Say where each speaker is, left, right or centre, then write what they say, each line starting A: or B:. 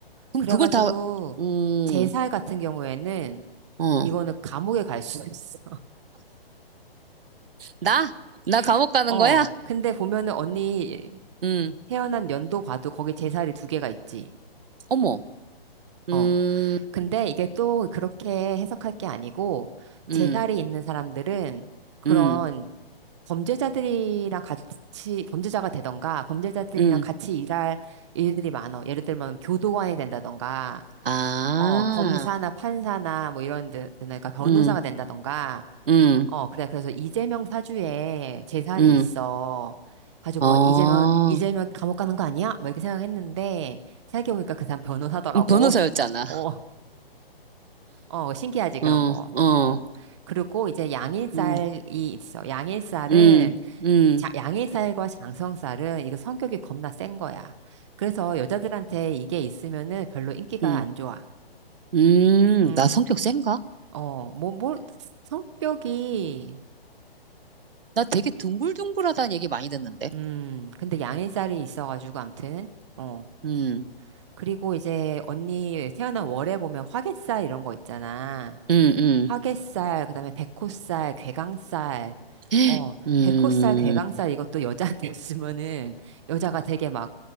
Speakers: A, on the right; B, on the right.
A: 그럼
B: 그래가지고,
A: 그걸 다, 음,
B: 제살 같은 경우에는,
A: 어.
B: 이거는 감옥에 갈 수 있어.
A: 나? 나 감옥
B: <laughs>
A: 가는
B: 어,
A: 거야?
B: 근데 보면은 언니
A: 음,
B: 태어난 연도 봐도 거기 제살이 두 개가 있지.
A: 어머. 음,
B: 어, 근데 이게 또 그렇게 해석할 게 아니고
A: 음,
B: 재살이 있는 사람들은 그런
A: 음,
B: 범죄자들이랑 같이 범죄자가 되던가 범죄자들이랑
A: 음.
B: 같이 일할 일들이 많어. 예를 들면 교도관이 된다던가
A: 아,
B: 어 검사나 판사나 뭐 이런 데 그러니까 변호사가
A: 응
B: 된다던가
A: 음,
B: 어 그래 그래서 이재명 사주에 재살이
A: 음,
B: 있어. 가지고
A: 어,
B: 막 이재명 이재명 감옥 가는 거 아니야? 막 이렇게 생각했는데 생각해보니까 그 사람 변호사더라고.
A: 음, 변호사였잖아.
B: <laughs> 어. 어, 신기하지, 그런
A: 어,
B: 거.
A: 어,
B: 어. 그리고 이제 양일살이
A: 음,
B: 있어. 양일살은,
A: 음, 음,
B: 자, 양일살과 장성살은 이거 성격이 겁나 센 거야. 그래서 여자들한테 이게 있으면은 별로 인기가
A: 음,
B: 안 좋아.
A: 음,
B: 음
A: 나 성격 센가?
B: 어, 뭐, 뭐, 성격이,
A: 나 되게 둥글둥글하다는 얘기 많이 듣는데.
B: 음, 근데 양일살이 있어가지고, 암튼, 어.
A: 음,
B: 그리고 이제 언니 태어난 월에 보면 화개살 이런 거 있잖아.
A: 음, 음,
B: 화개살, 그다음에 백호살, 괴강살.
A: <gasps>
B: 어,
A: 음,
B: 백호살, 괴강살 이것도 여자한테 <laughs> 있으면은 여자가 되게 막